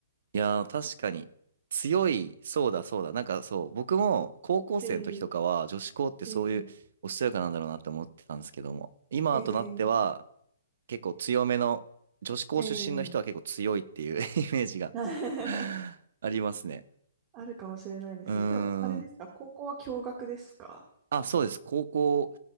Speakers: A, on the right; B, on the right.
A: いやー、確かに。強い、そうだそうだ。なんかそう、僕も高校生の時とかは女子校ってそういうおしとやかなんだろうなって思ってたんですけども、
B: ええええ
A: 今となっては
B: ええ
A: 結構強めの、女子校出身の人は結構強いっていう
B: ええ
A: <laughs> イメージが
B: <laughs>
A: <laughs> ありますね。
B: あるかもしれないですね。
A: うー
B: でも、あれですか、
A: ん。
B: 高校は共学ですか
A: あ、そうです。高校、